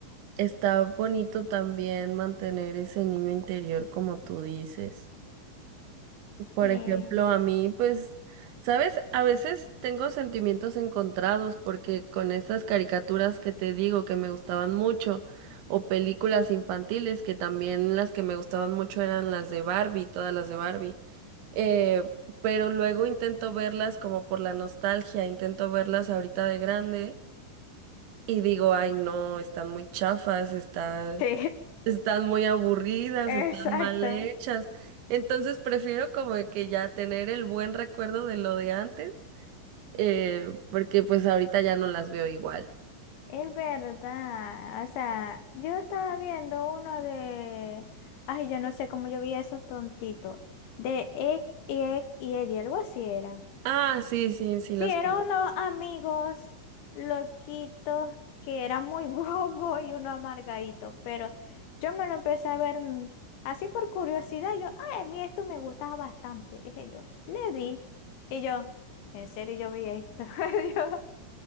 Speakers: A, on the right (about 70°); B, on the left (about 70°).
A: está bonito también mantener ese niño interior como tú dices. Por
B: Sí.
A: ejemplo, a mí, pues, ¿sabes? A veces tengo sentimientos encontrados porque con estas caricaturas que te digo que me gustaban mucho, o películas infantiles que también las que me gustaban mucho eran las de Barbie, todas las de Barbie, eh, pero luego intento verlas como por la nostalgia, intento verlas ahorita de grande y digo, ay, no, están muy chafas, está
B: Sí,
A: están muy aburridas,
B: <laughs> exacto.
A: están mal hechas. Entonces prefiero como de que ya tener el buen recuerdo de lo de antes, eh, porque pues ahorita ya no las veo igual.
B: Es verdad, o sea, yo estaba viendo uno de, ay, yo no sé cómo yo vi esos tontitos, de Egg y Ed y Eddie, algo así era.
A: Ah, sí, sí, sí
B: Sí,
A: los
B: eran
A: conozco.
B: unos
A: <laughs>
B: amigos loquitos que eran muy <laughs> bobos y uno amargadito, pero yo me lo empecé a ver mm, así por curiosidad, yo, ay, a mí esto me gustaba bastante, dije yo, le di, y yo, en serio yo vi esto, <laughs>